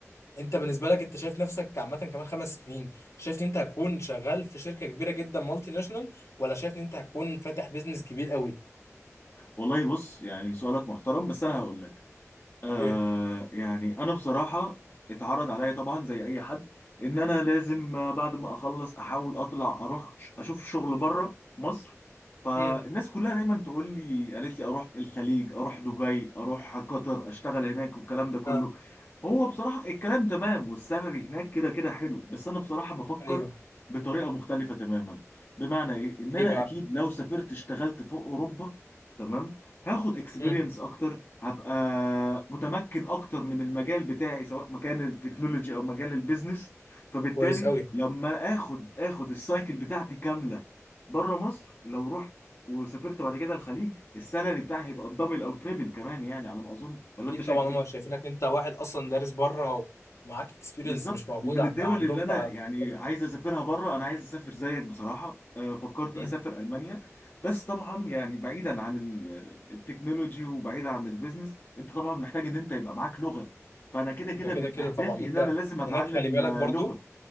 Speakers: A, on the left; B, on the left.
A: انت بالنسبه لك انت شايف نفسك عامه كمان خمس سنين شايف ان انت هتكون شغال في شركه كبيره جدا مالتي ناشونال ولا شايف ان انت هتكون فاتح بيزنس كبير قوي
B: والله بص يعني سؤالك محترم بس انا هقول لك آه
A: اوكي
B: يعني انا بصراحه اتعرض عليا طبعا زي اي حد ان انا لازم آه، بعد ما اخلص احاول اطلع اروح ش- اشوف شغل بره مصر فالناس
A: امم
B: كلها دايما تقول لي قالت لي اروح الخليج اروح دبي اروح قطر اشتغل هناك والكلام ده كله
A: اه
B: هو بصراحه الكلام تمام والسالري هناك كده كده حلو بس انا بصراحه بفكر
A: ايوه
B: بطريقه مختلفه تماما بمعنى ايه ان انا
A: ايه بقى
B: اكيد لو سافرت اشتغلت فوق اوروبا تمام هاخد اكسبيرينس
A: امم
B: اكتر هبقى متمكن اكتر من المجال بتاعي سواء مكان التكنولوجي او مجال البيزنس فبالتالي
A: كويس قوي
B: لما اخد اخد السايكل بتاعتي كامله بره مصر لو رحت وسافرت بعد كده الخليج السالري بتاعي هيبقى الدبل او تريبل كمان يعني على ما اظن ولا
A: اكيد
B: انت شايف
A: طبعا
B: ايه؟
A: هم شايفينك انت واحد اصلا دارس بره ومعاك اكسبيرينس
B: بالظبط
A: مش موجود
B: ومن
A: عند
B: الدول
A: عندهم
B: اللي انا
A: ف في
B: يعني
A: البلد.
B: عايز اسافرها بره انا عايز اسافر زيك بصراحه آه، فكرت
A: مم.
B: اسافر المانيا بس طبعا يعني بعيدا عن ال- التكنولوجي وبعيدا عن البيزنس انت طبعا محتاج ان انت يبقى معاك لغه فانا كده كده
A: ده كده
B: من
A: كده
B: اهدافي
A: طبعا انت
B: ان انا لازم اتعلم
A: هناك خلي بالك
B: آه،
A: برضو
B: لغه